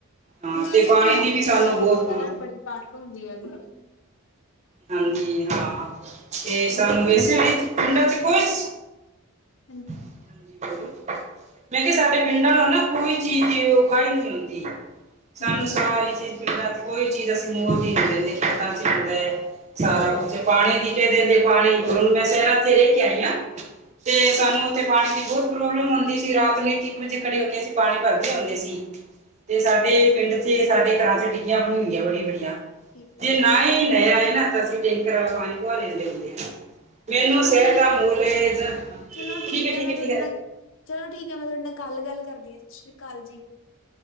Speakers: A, on the right (about 30°); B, on the left (about 60°).
A: ਹਾਂ,
B: ਵੈਸੇ
A: ਤੇ ਪਾਣੀ
B: ਪਿੰਡਾਂ
A: ਦੀ
B: ਵਿੱਚ
A: ਵੀ ਸਾਨੂੰ
B: ਲਾਈਟ
A: ਬਹੁਤ
B: ਵਗੈਰਾ
A: ਹਾਂ,
B: ਬੜੀ ਘੱਟ ਹੁੰਦੀ ਆ ਗੀ।
A: ਹਾਂਜੀ ਹਾਂ, ਤੇ
B: ਕਿਉਂਕਿ
A: ਸਾਨੂੰ ਵੈਸੇ
B: ਸ਼ਹਿਰਾਂ
A: ਵੀ
B: ਵਿੱਚ
A: ਪਿੰਡਾਂ
B: ਤਾਂ
A: ਚ ਕੁਛ
B: <inaudible>
A: ਹਾਂਜੀ ਬੋਲੋ। ਮੈਂ ਕਿਹਾ ਸਾਡੇ ਪਿੰਡਾਂ ਨਾਲ ਨਾ ਕੋਈ ਚੀਜ਼ ਔਖਾਈ ਨਹੀਂ ਹੁੰਦੀ। ਸਾਨੂੰ
B: ਹਾਂਜੀ
A: ਸਾਰੀ ਚੀਜ਼ ਪਿੰਡਾਂ ਚ ਕੋਈ ਚੀਜ਼ ਅਸੀਂ ਮੁੱਲ ਦੀ ਨਹੀਂ ਲੈਂਦੇ ਖੇਤਾਂ ਚ ਹੁੰਦਾ। ਸਾਰਾ ਕੁਛ ਪਾਣੀ ਦੀ ਕੇ ਦਿੰਦੇ ਪਾਣੀ ਮੈਂ ਸ਼ਹਿਰਾਂ ਤੇ ਰਹਿ ਕੇ ਆਈ ਆ। ਤੇ ਸਾਨੂੰ ਉੱਥੇ ਪਾਣੀ ਦੀ ਬਹੁਤ ਪ੍ਰੋਬਲਮ ਹੁੰਦੀ ਸੀ, ਰਾਤ ਨੂੰ ਇੱਕ-ਇੱਕ ਵਜੇ ਖੜੇ ਹੋ ਕੇ ਅਸੀਂ ਪਾਣੀ ਭਰਦੇ ਹੁੰਦੇ ਸੀ।
B: <inaudible>
A: ਤੇ ਸਾਡੇ ਪਿੰਡ ਚ ਸਾਡੇ ਘਰਾਂ ਚ ਡਿੱਗੀਆਂ ਹੁੰਦੀਆਂ ਬੜੀ ਬੜੀਆਂ
B: ਠੀਕ ਹੈ
A: ਜੇ
B: ਜੀ।
A: ਨਾ ਹੀ ਨਹਿਰ ਆਏ ਨਾ ਤਾਂ ਅਸੀਂ ਟੈਂਕਰ ਵਾਲਾ ਪਾਣੀ ਪਵਾ ਲੈਂਦੇ ਹੁੰਦੇ ਆ। ਮੈਨੂੰ
B: ਚਲੋ
A: ਸ਼ਹਿਰ
B: ਠੀਕ,
A: ਦਾ ਮਹੋਲ ਹੈ
B: ਚਲੋ
A: ਠੀਕ ਹੈ ਠੀਕ
B: ਮੈਂ ਤੁਹਾਡੇ
A: ਠੀਕ
B: ਨਾਲ ਚਲੋ ਠੀਕ ਹੈ ਮੈਂ ਤੁਹਾਡੇ ਨਾਲ ਕੱਲ ਗੱਲ ਕਰਦੀ ਹਾਂ ਸਤਿ ਸ਼੍ਰੀ ਅਕਾਲ ਜੀ।